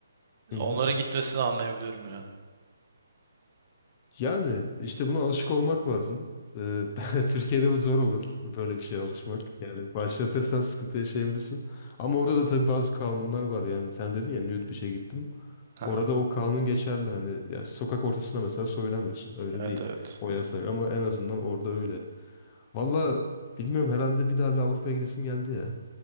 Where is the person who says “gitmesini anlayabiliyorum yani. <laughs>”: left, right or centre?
Right